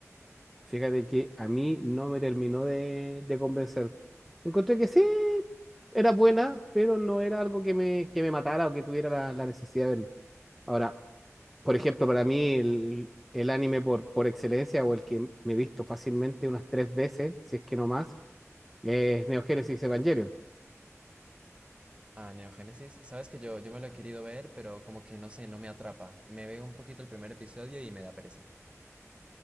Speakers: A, in the centre; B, on the right.
A: Fíjate que a mí no me terminó de, de convencer. Encontré que sí, era buena, pero no era algo que me, que me matara o que tuviera la, la necesidad de verlo. Ahora, por ejemplo, para mí el, el anime por, por excelencia o el que me he visto fácilmente unas tres veces, si es que no más, es Neo Genesis Evangelion.
B: Ah, Neogénesis, sabes que yo, yo me lo he querido ver, pero como que no sé, no me atrapa. Me veo un poquito el primer episodio y me da pereza.